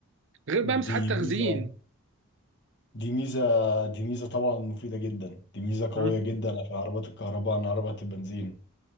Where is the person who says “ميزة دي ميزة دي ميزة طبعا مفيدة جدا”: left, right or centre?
Left